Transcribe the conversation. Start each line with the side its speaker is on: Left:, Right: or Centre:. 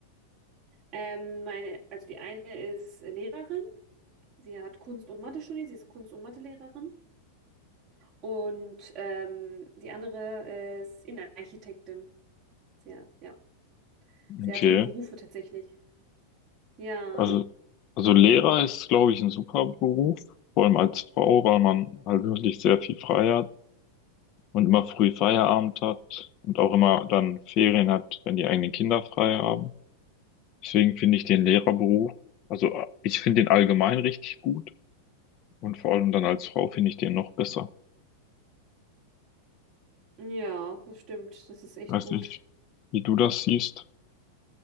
Right: Ähm, meine, also die eine ist Lehrerin, sie hat Kunst und Mathe studiert, sie ist Kunst- und Mathelehrerin. Und ähm, die andere äh, ist Innenarchitektin. Sehr, ja, sehr
Left: Okay.
Right: tolle Berufe tatsächlich. Ja,
Left: Also, also Lehrer ist, glaube ich, ein super Beruf, vor allem als Frau, weil man halt wirklich sehr viel frei hat und immer früh Feierabend hat und auch immer dann Ferien hat, wenn die eigenen Kinder frei haben. Deswegen finde ich den Lehrerberuf, also äh, ich finde den allgemein richtig gut und vor allem dann als Frau finde ich den noch besser.
Right: ja, das stimmt, das ist echt
Left: Weiß
Right: gut.
Left: nicht, wie du das siehst.